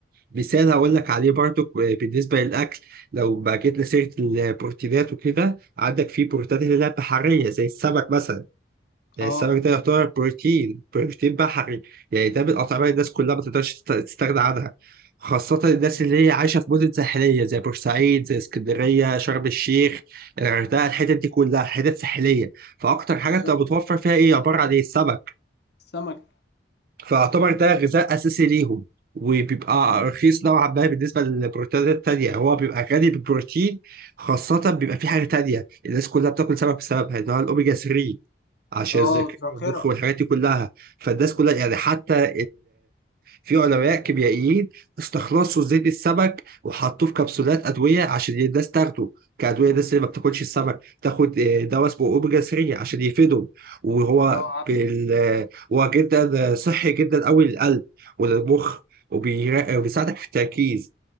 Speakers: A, on the right; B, on the left.
A: مثال هقول لك عليه برضو بالنسبه للاكل لو بقى جبنا سيره البروتينات وكده عندك في بروتينات اللي هي بحريه زي السمك مثلا يعني
B: اه
A: السمك ده يعتبر بروتين بروتين بحري يعني ده من الاطعمه اللي الناس كلها ما تقدرش تست- تستغنى عنها خاصة الناس اللي هي عايشة في مدن ساحلية زي بورسعيد زي اسكندرية شرم الشيخ الغردقة الحتت دي كلها حتت ساحلية فأكتر حاجة
B: بالظبط
A: بتبقى متوفر فيها إيه عبارة عن إيه السمك
B: السمك
A: فاعتبر ده غذاء اساسي ليهم وبيبقى رخيص نوعا ما بالنسبه للبروتينات التانيه هو بيبقى غني بالبروتين خاصه بيبقى في حاجه تانيه الناس كلها بتاكل سمك بسببها اللي هو الاوميجا 3 عشان
B: اه
A: الذاكره
B: الذاكرة
A: والمخ والحاجات دي كلها فالناس كلها يعني حتى في علماء كيميائيين استخلصوا زيت السمك وحطوه في كبسولات ادويه عشان الناس تاخده كادويه الناس اللي ما بتاكلش السمك تاخد آه، دواء اسمه اوميجا 3 عشان يفيدهم وهو
B: اه عارف
A: بال... آه، هو جدا آه، صحي جدا قوي للقلب وللمخ وبيرا- وبيساعدك في التركيز